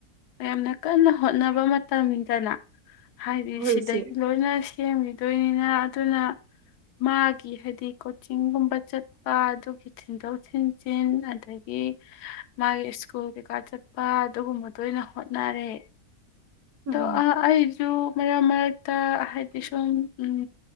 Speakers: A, on the left; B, on the right.
A: ꯌꯥꯝꯅ ꯀꯟꯅ ꯍꯣꯠꯅꯕ ꯃꯇꯝꯅꯤꯗꯅ ꯍꯥꯏꯗꯤ
B: ꯍꯣꯏ
A: ꯁꯤꯗꯒꯤ
B: ꯏꯆꯦ
A: ꯂꯣꯏꯅ ꯁꯦꯝꯈꯤꯗꯣꯏꯅꯤꯅ ꯑꯗꯨꯅ ꯃꯥꯒꯤ ꯍꯥꯏꯗꯤ ꯀꯣꯆꯤꯡꯒꯨꯝꯕ ꯆꯠꯄ ꯑꯗꯨꯒꯤ ꯊꯤꯟꯗꯣꯛ ꯊꯤꯟꯖꯤꯟ ꯑꯗꯒꯤ ꯃꯥꯒꯤ ꯁ꯭ꯀꯨꯜ ꯀꯩꯀꯥ ꯆꯠꯄ ꯑꯗꯨꯒꯨꯝꯕꯗ ꯑꯣꯏꯅ ꯍꯣꯠꯅꯔꯦ ꯑꯗꯣ
B: ꯑꯥ
A: ꯑꯩꯁꯨ ꯃꯔꯛ ꯃꯔꯛꯇ ꯍꯥꯏꯗꯤ ꯁꯨꯝ ꯎ